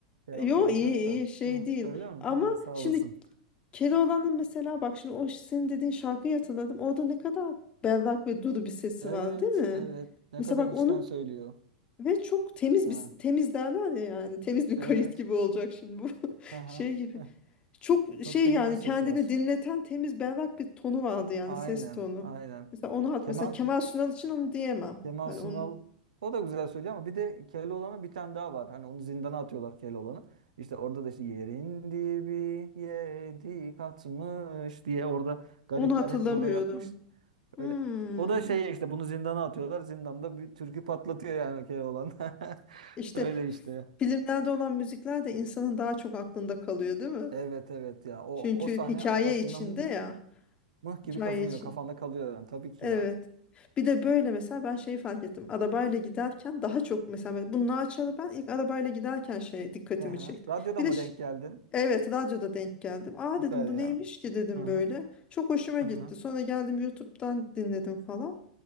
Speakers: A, on the right; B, on the left.
A: şey yapmıyorum
B: yo iyi
A: çok
B: iyi
A: da.
B: şey
A: Ha,
B: değil.
A: öyle mi?
B: Ama
A: Ha, sağ
B: şimdi
A: olasın.
B: Keloğlan'ın mesela bak şimdi o senin dediğin şarkıyı hatırladım. Orada ne kadar berrak ve duru bir sesi
A: Evet,
B: var, değil mi?
A: evet. Ne
B: Mesela
A: kadar
B: bak
A: içten
B: onun
A: söylüyor.
B: ve çok temiz
A: Ha,
B: bir temiz derler ya yani temiz bir
A: evet.
B: kayıt gibi olacak şimdi bu <laughs>
A: Aha.
B: şey gibi.
A: Heh,
B: Çok
A: Çok
B: şey
A: temiz
B: yani
A: bir sesi
B: kendini
A: var.
B: dinleten temiz berrak bir tonu vardı yani
A: Aynen,
B: ses tonu.
A: aynen.
B: Mesela onu hat
A: Kemal
B: mesela Kemal Sunal için onu diyemem.
A: Kemal
B: Hani
A: Sunal
B: onu,
A: o da güzel söylüyor ama bir de Keloğlan'ın bir tane daha var. Hani onu zindana atıyorlar Keloğlan'ı. İşte orada da işte yerin dibi yedi katmış diye orada garipler
B: onu hatırlamıyorum.
A: hep burada yatmış.
B: Hmm.
A: Öyle. O da şey işte bunu zindana atıyorlar. Zindanda bir türkü patlatıyor yani Keloğlan. <laughs>
B: İşte
A: Öyle işte.
B: filmlerde olan müzikler de insanın daha çok aklında kalıyor değil mi?
A: Evet evet ya o
B: Çünkü
A: o sahne
B: hikaye
A: aklına
B: içinde
A: mı-
B: ya.
A: mıh gibi
B: Hikaye
A: kazınıyor
B: için.
A: kafanda kalıyor yani tabii ki
B: Evet.
A: ya.
B: Bir de böyle mesela ben şeyi fark ettim. Arabayla giderken daha çok mesela bunu açarı ben ilk arabayla giderken şey dikkatimi
A: Ehe.
B: çekti.
A: Radyoda
B: Bir
A: mı
B: de
A: denk geldin?
B: Evet radyoda denk geldim. Aa
A: Süper
B: dedim bu
A: ya.
B: neymiş ki dedim
A: Hı hı.
B: böyle. Çok hoşuma
A: Hı
B: gitti.
A: hı.
B: Sonra geldim YouTube'dan dinledim falan.